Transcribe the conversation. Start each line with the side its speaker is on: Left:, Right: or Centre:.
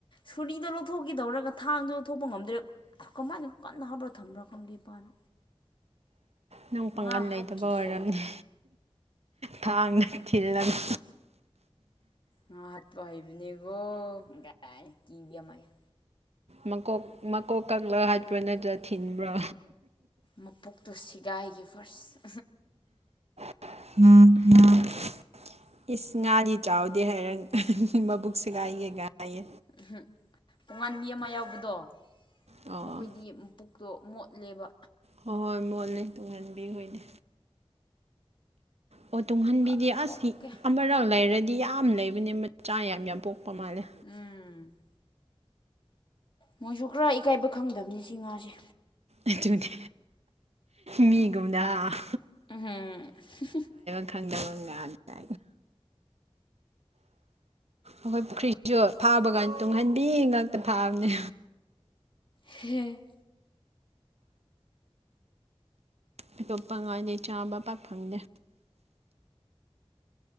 Left: ꯁꯨꯔꯤꯗꯣ ꯂꯧꯊꯣꯛꯀꯦ ꯗꯧꯔꯒ ꯊꯥꯡꯗꯨ ꯂꯧꯊꯣꯛꯄ ꯉꯝꯗ꯭ꯔꯦ ꯑ ꯀꯃꯥꯏꯅ ꯀꯟꯅ ꯍꯥꯞꯄ꯭ꯔꯥ ꯊꯝꯕ꯭ꯔꯥ ꯈꯪꯗꯦ ꯏꯄꯥꯅ
Right: ꯅꯪ ꯄꯥꯡꯒꯜ
Left: ꯉꯥ
Right: ꯂꯩꯇꯕ
Left: ꯍꯥꯠꯈꯤꯒꯦ
Right: ꯑꯣꯏꯔꯝꯅꯤ
Left: ꯑꯩꯗꯣ
Right: ꯊꯥꯡꯅ ꯊꯤꯜꯂꯝꯃꯤ
Left: ꯉ ꯍꯥꯠꯄ ꯍꯥꯏꯕꯅꯦꯀꯣ ꯒꯥꯏ <unintelligible>
Right: ꯃꯀꯣꯛ ꯃꯀꯣꯛ ꯀꯛꯂꯒ ꯍꯥꯠꯄ꯭ꯔꯥ ꯅꯠꯇ꯭ꯔꯥ ꯊꯤꯟꯕ꯭ꯔꯣ
Left: ꯃꯄꯣꯛꯇꯨ ꯁꯤꯒꯥꯏꯒꯤ ꯐꯥꯔ꯭ꯁ
Right: <unintelligible> ꯏꯁ ꯉꯥꯗꯤ ꯆꯥꯎꯗꯦ ꯍꯥꯏꯔ ꯃꯕꯨꯛ ꯁꯤꯒꯥꯏ ꯒꯦ ꯒꯥꯏꯌꯦ
Left: ꯎꯝ ꯇꯨꯉꯥꯟꯕꯤ ꯑꯃ ꯌꯥꯎꯕꯗꯣ
Right: ꯑꯣ
Left: ꯃꯈꯣꯏꯒꯤ ꯄꯨꯛꯇꯣ ꯃꯣꯠꯂꯦꯕ
Right: ꯍꯣꯏ ꯍꯣꯏ ꯃꯣꯠꯂꯤ ꯇꯨꯡꯍꯟꯕꯤꯈꯣꯏꯗꯤ ꯑꯣ ꯇꯨꯡꯍꯟꯕꯤꯗꯤ
Left: ꯀꯠꯊꯣꯛꯀꯦ
Right: ꯑꯁ ꯑꯃꯔꯛ ꯂꯩꯔꯗꯤ ꯌꯥꯝ ꯂꯩꯕꯅꯦ ꯃꯆꯥ ꯌꯥꯝ ꯌꯥꯝ ꯄꯣꯛꯄ ꯃꯥꯜꯂꯦ
Left: ꯎꯝ ꯃꯣꯏꯁꯨ ꯈꯔ ꯏꯀꯥꯏꯕ ꯈꯪꯗꯕꯅꯤ ꯁꯤ ꯉꯥꯁꯦ
Right: ꯑꯗꯨꯅꯦ ꯃꯤꯒꯨꯝꯅꯥ ꯍꯥ
Left: <unintelligible>
Right: ꯈꯪꯗꯕ ꯉ <unintelligible> ꯑꯩꯈꯣꯏ ꯄꯨꯈ꯭ꯔꯤꯁꯨ ꯐꯥꯕ ꯀꯥꯟ ꯇꯨꯡꯍꯟꯕꯤ ꯉꯥꯛꯇ ꯐꯥꯕꯅꯦ
Left: ꯍꯦ ꯍꯦ
Right: ꯑꯇꯣꯞꯄ ꯉꯥꯗꯤ ꯆꯥꯕ ꯄꯥꯛ ꯐꯪꯗꯦ